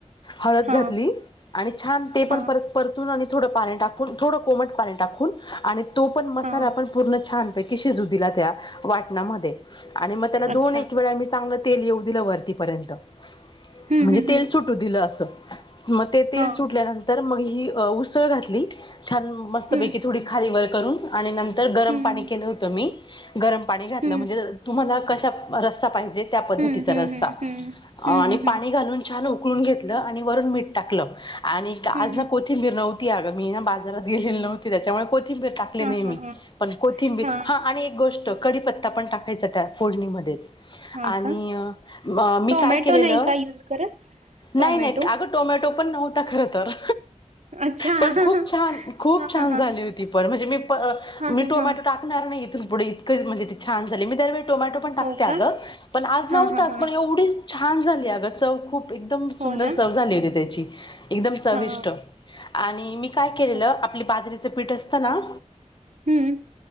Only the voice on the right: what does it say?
हां
हां
हां
अच्छा
हं
हं
हं
हां
हं
हं
हं हं
हं हं हं
हं हं
हं
हं
हां
हां
हां हां
हां
का
टोमॅटो
नाही का यूज करत टोमॅटो
अच्छा हा
हा हा
हा
हा
हा
हो
का
हा
हा हा
हो
ना
हा
अच्छा
हम्म